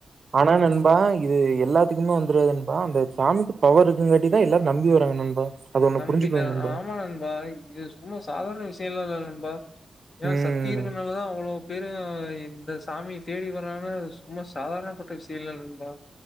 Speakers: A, on the right (about 55°); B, on the left (about 50°).
A: ஆனா நண்பா இது எல்லாத்துக்குமே வந்துடாது நண்பா அந்த சாமி பவர் இருக்குறகான்டிதான் எல்லாரும் நம்பி வராங்க நண்பா அது ஒண்ணு
B: நம்பினா
A: புரிஞ்சுக்கணும் நண்பா.
B: ஆமா நண்பா இது சும்மா சாதாரண விஷயம் தெரியல நண்பா ஏன்னா
A: ம்.
B: சக்தி இருக்கனாலதான் அவ்வளவு இத்தன பேரும் இந்த சாமிய தேடி வராங்கனா சும்மா சாதாரணப்பட்ட விஷயம் இல்ல நண்பா